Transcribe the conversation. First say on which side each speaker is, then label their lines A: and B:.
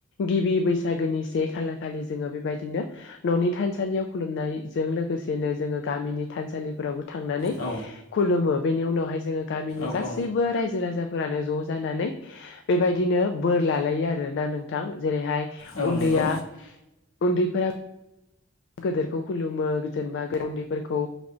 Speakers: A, on the left; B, on the left.
A: गिबि बैसागोनि से खालार खालि जोङो बेबायदिनो न'नि थानसालियाव खुलुमनायजों लोगोसेनो जोङो गामिनि थानसालिफोरावबो थांनानै
B: औ
A: खुलुमो बेनि उनावहाय जोङो गामिनि
B: औ
A: गासैबो रायजो राजाफोरानो ज' जानानै बेबायदिनो बोर लालायो आरोना नोंथां जेरैहाय
B: औ
A: उन्दैया
B: नंगौ
A: उन्दैफोरा गोदोरखौ खुलुमो जेनेबा उन्दैफोरखौ